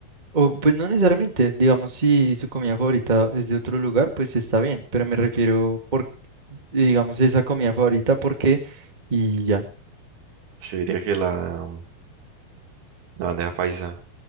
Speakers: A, on the right (about 15°); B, on the right (about 80°).
A: O, pues no necesariamente, digamos, si su comida favorita es de otro lugar, pues está bien, pero me refiero por, digamos, esa comida favorita porque y ya.
B: yo diría que la, la bandeja paisa,